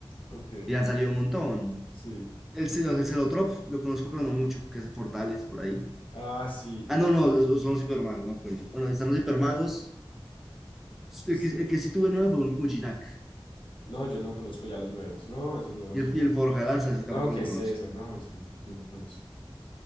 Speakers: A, on the left (about 70°); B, in the centre.
A: Ok,
B: Y han salido un montón.
A: sí.
B: El, ce- el Celotrop, lo conozco, pero no mucho, que hace portales por ahí.
A: Ah, sí.
B: Ah, no,
A: ya
B: no, esos son los hipermagos, no acuerdo. Bueno, ahí están los hipermagos. El
A: se
B: que,
A: lo-
B: el que sí tuve nuevo fue un Ujinak.
A: No, yo no conozco ya los nuevos. No, esos nuevos
B: Y el,
A: sí no.
B: y el Forja Lanzas, y
A: No,
B: tampoco
A: ¿qué
B: lo
A: es
B: conozco.
A: eso? No, eso no. No lo conozco.